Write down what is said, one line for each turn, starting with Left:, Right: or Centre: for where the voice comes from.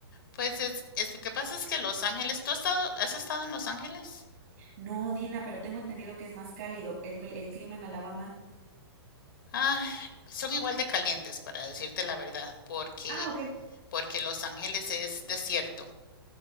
Left: Pues es, es, lo que pasa es que Los Ángeles, ¿tú has estado, has estado en Los Ángeles?
Right: No, Dina, pero tengo entendido que es más cálido el, cl- el clima en Alabama.
Left: Ah, son igual de calientes, para decirte la verdad, porque,
Right: Ah, ok.
Left: porque Los Ángeles es desierto